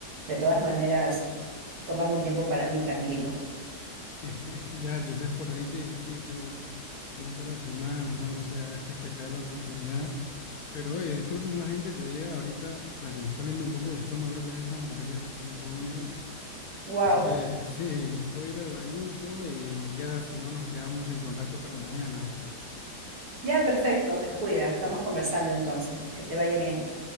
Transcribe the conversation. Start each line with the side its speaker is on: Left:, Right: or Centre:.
Right: de todas maneras, tomarme un tiempo para mí tranquilo.
Left: <laughs> Ya quizás por ahí te visite. en un par de semanas, no lo sé, a ver si es que se da la oportunidad. Pero oye, disculpe más bien que te diga ahorita, o sea, que me está oliendo un poco el estómago, creo que es esta hamburguesa que me he comido.
Right: Wow,
Left: Así que sí, voy a ir al bañito y ya si no nos quedamos en contacto para mañana, pues.
Right: <laughs> ya perfecto, descuida, estamos conversando entonces, que te vaya bien.